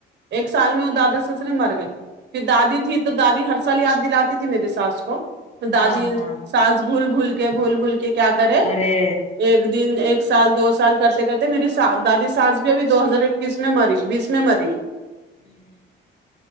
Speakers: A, on the right (about 60°); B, on the left (about 35°).
A: ایک سال میں وہ دادا سسرے مر گئے پھر دادی
B: ہاں
A: تھی تو دادی ہر سال یاد دلاتی تھی میے ساس کو دادی
B: ہاں ہاں
A: ساس بھول بھول کے بھول بھول کے کیا کریں
B: ارے
A: ایک دن ایک سال دو سال کرتے کرتے میری سا دادی ساس بھی ابھی دو ہزار اکیس میں مری بیس میں مری
B: <inaudible>